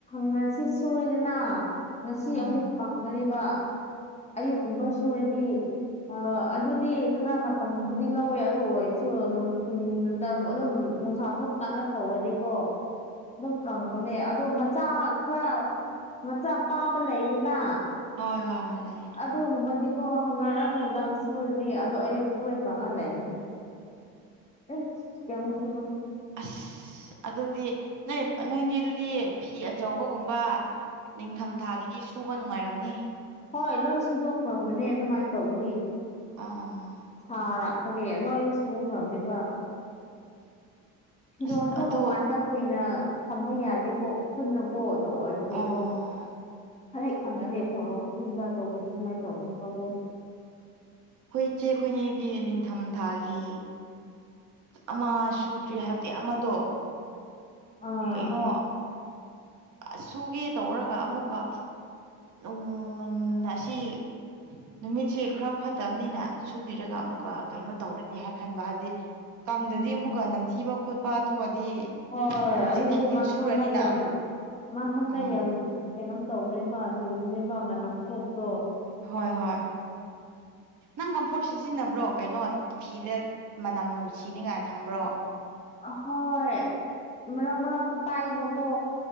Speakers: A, on the left; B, on the right.
A: ꯉꯁꯤ ꯁꯨꯔꯦꯗꯅ ꯉꯁꯤ
B: ꯎꯝ
A: ꯑꯃꯨꯛ ꯀꯪꯒꯅꯤꯕ ꯑꯌꯨꯛꯀꯨꯝꯕ ꯁꯨꯔꯗꯤ ꯑ ꯑꯗꯨꯗꯤ ꯈꯔ ꯃꯇꯝ ꯗꯤ ꯂꯧꯋꯦ ꯑꯗꯨ ꯑꯣꯏꯔꯁꯨ ꯅꯨꯡꯊꯤꯜꯗ ꯑꯗꯨꯝ ꯅꯨꯡꯁꯥ ꯊꯣꯛꯄ ꯀꯥꯟꯗ ꯐꯧꯔꯗꯤꯀꯣ ꯑꯗꯨꯝ ꯀꯪꯕꯅꯦ ꯑꯗꯣ ꯃꯆꯥ ꯈꯔ ꯃꯆꯥ ꯄꯥꯕ ꯂꯩꯗꯅ
B: ꯍꯣꯏ ꯍꯣꯏ ꯍꯣꯏ ꯂꯩꯌꯦ
A: ꯑꯗꯨꯒꯨꯝꯕꯗꯤꯀꯣ ꯉꯔꯥꯡ ꯅꯨꯡꯗꯥꯡ ꯁꯨꯔꯅꯤ ꯑꯗꯣ ꯑꯌꯨꯛꯇ ꯂꯣꯏ ꯀꯪꯑ ꯂꯩꯅꯤ ꯑꯦ ꯀꯌꯥꯃꯨꯛ
B: ꯑꯁ ꯑꯗꯨꯗꯤ ꯅꯣꯏ ꯅꯣꯏꯗꯤ ꯑꯗꯨꯗꯤ ꯐꯤ ꯑꯆꯧꯕꯒꯨꯝꯕ ꯅꯤꯡꯊꯝꯊꯥꯒꯤꯗꯤ ꯁꯨꯕ ꯅꯨꯡꯉꯥꯏꯔꯝꯅꯤ
A: ꯍꯣꯏ ꯂꯣꯏ ꯁꯨꯗꯣꯛꯈ꯭ꯔꯕꯅꯦ ꯑꯗꯨꯃꯥꯏꯅ ꯇꯧꯕꯅꯦ
B: ꯑꯥ
A: ꯁꯥꯔꯛꯄꯒꯤ ꯂꯣꯏꯅ ꯁꯨꯈ꯭ꯔꯕꯅꯦꯕ ꯐꯤꯔꯣꯟꯁꯨ
B: ꯑꯁ ꯑꯗꯣ
A: ꯃꯄꯥꯟꯗ ꯀꯨꯏꯅ ꯊꯝꯕ ꯌꯥꯗꯦꯀꯣ ꯎꯐꯨꯟꯅꯀꯣ ꯑꯗꯨ ꯑꯣꯏꯕꯒꯦꯀꯣ
B: ꯑꯥ
A: ꯍꯦꯛ ꯀꯪꯉꯗꯤ ꯑꯃꯨꯛ <unintelligible> ꯇꯧꯕꯗꯣ ꯑꯗꯨꯃꯥꯏꯅ ꯇꯧꯒꯅꯦꯕꯀꯣ
B: ꯑꯩꯈꯣꯏ ꯏꯆꯦ ꯑꯩꯈꯣꯏꯅꯤꯗꯤ ꯅꯤꯡꯊꯝ ꯊꯥꯒꯤ ꯑꯃ ꯁꯨꯗ꯭ꯔꯤ ꯍꯥꯏꯕꯗꯤ ꯑꯃꯗꯣ
A: ꯑꯥ
B: ꯀꯩꯅꯣ ꯁꯨꯒꯦ ꯇꯧꯔꯒ ꯑꯃꯨꯛꯀ ꯎꯝ ꯑꯁꯤ ꯅꯨꯃꯤꯠꯁꯤꯦ ꯈꯔ ꯐꯠꯇꯕꯅꯤꯅ ꯁꯨꯕꯤꯔꯒ ꯑꯃꯨꯛꯀ ꯀꯩꯅꯣ ꯇꯧꯔꯒ ꯍꯥꯏ ꯈꯟꯕ ꯍꯥꯏꯗꯤ ꯀꯥꯡꯪꯗꯗꯤ
A: ꯎꯝ
B: ꯑꯃꯨꯛꯀ ꯅꯝꯊꯤꯕ ꯈꯣꯠꯄ ꯊꯣꯛꯑꯗꯤ
A: ꯍꯣꯏ
B: ꯍꯟꯖꯤꯟ
A: ꯑꯗꯨꯗꯤ
B: ꯍꯟꯖꯤꯟ
A: ꯃꯥꯡꯍꯟꯗ
B: ꯁꯨꯔꯅꯤꯅ
A: ꯌꯥꯝ ꯃꯥꯡꯍꯟꯗ
B: ꯎꯝ
A: ꯌꯥꯝ ꯀꯂꯝ ꯇꯧꯕꯅꯦꯕ ꯂꯨꯕꯅꯦꯕ ꯃꯅꯝ ꯊꯣꯛꯇꯣ
B: ꯍꯣꯏ ꯍꯣꯏ
A: <unintelligible>
B: ꯈꯤꯇꯪ ꯀꯝꯐꯣꯔꯠ ꯁꯤꯖꯤꯟꯅꯕ꯭ꯔꯣ ꯀꯩꯅꯣ ꯐꯤꯗ ꯃꯅꯝ ꯅꯨꯡꯁꯤꯅꯤꯉꯥꯏ ꯊꯝꯕ꯭ꯔꯣ
A: ꯍꯣꯏ ꯃꯔꯛ ꯃꯔꯛ ꯄꯥꯏꯕꯀꯣ